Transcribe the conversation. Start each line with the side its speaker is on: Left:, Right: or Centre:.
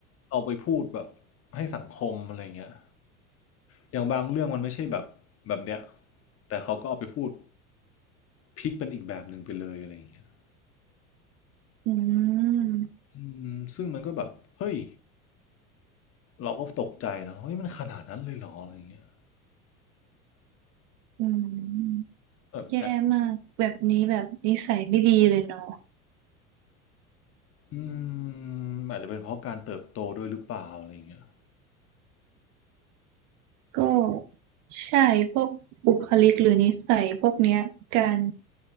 Left: เอาไปพูดแบบให้สังคมอะไรเงี้ยอย่างบางเรื่องมันไม่ใช่แบบแบบเนี้ยแต่เขาก็เอาไปพูดพลิกเป็นอีกแบบหนึ่งไปเลยอะไรเงี้ย
Right: อืม
Left: อืมซึ่งมันก็แบบเฮ้ยเราก็ตกใจนะเฮ้ยมันขนาดนั้นเลยเหรออะไรเงี้ย
Right: อืม
Left: แบบแอบ
Right: แย่มากแบบนี้แบบนิสัยไม่ดีเลยเนาะ
Left: อืมอาจจะเป็นเพราะการเติบโตด้วยหรือเปล่าอะไรเงี้ย
Right: ก็ใช่พวกบุคลิกหรือนิสัยพวกเนี้ยการ